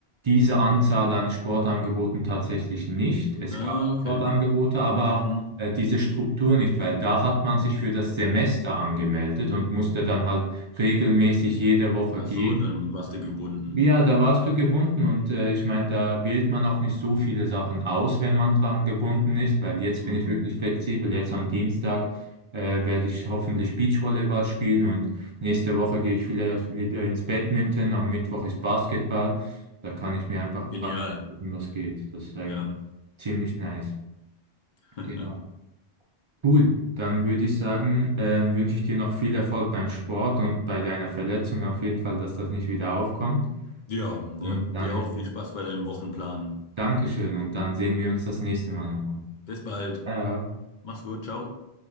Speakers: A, on the right; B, on the left.
A: diese Anzahl an Sportangeboten tatsächlich nicht. Es
B: ah,
A: gab
B: okay.
A: Sportangebote, aber
B: Mhm.
A: auch äh, diese Struktur nicht, weil da hat man sich für das Semester angemeldet und musste dann halt regelmäßig jede Woche
B: Ach
A: gehen.
B: so, dann warst du gebunden.
A: Ja, da warst du gebunden und äh, ich meine, da wählt man auch nicht so viele Sachen aus, wenn man dran gebunden ist, weil jetzt
B: Mhm.
A: bin ich wirklich flexibel. Jetzt am Dienstag äh, werde ich hoffentlich Beachvolleyball spielen und nächste Woche gehe ich vielleicht wieder ins Badminton, am Mittwoch ist Basketball. Da kann ich mir einfach
B: Genial,
A: frei aussuchen, was geht. Das ist eigentlich
B: ja.
A: ziemlich nice.
B: <laughs>
A: Genau. Cool, dann würde ich sagen,
B: Ja,
A: ähm, wünsche ich dir noch viel Erfolg beim Sport und bei deiner Verletzung auf jeden Fall, dass das nicht wieder aufkommt.
B: ja,
A: Und dann
B: dir auch viel Spaß bei deinem Wochenplan.
A: Dankeschön und dann sehen wir uns das nächste Mal nochmal.
B: Bis bald.
A: Ciao.
B: Mach's gut, ciao.